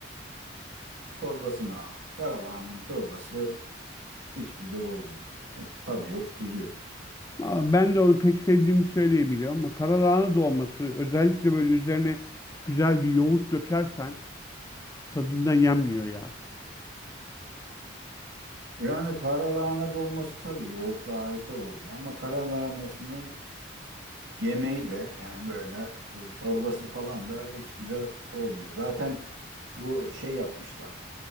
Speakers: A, on the right; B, on the left.
A: Çorbasını abi. Karalahanın çorbası hiç güzel olmuyor. E, tadı yok, tuzu yok.
B: Aa, ben de onu pek sevdiğimi söyleyebilirim ama kara lahana dolması özellikle böyle üzerine güzel bir yoğurt dökersen tadından yenmiyor ya.
A: Yani karalahana dolması tabii yoğurtla harika oluyor. Ama karalahanasının yemeği de yani böyle e, çorbası falan da hiç güzel olmuyor. Zaten bu şey yapmışlar.